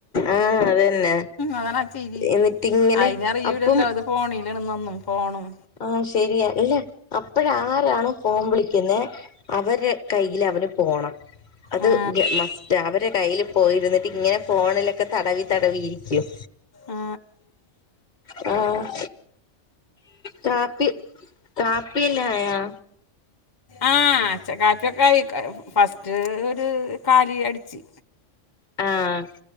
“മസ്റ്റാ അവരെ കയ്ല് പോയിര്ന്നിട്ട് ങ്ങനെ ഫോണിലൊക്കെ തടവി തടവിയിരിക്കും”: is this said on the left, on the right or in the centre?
Left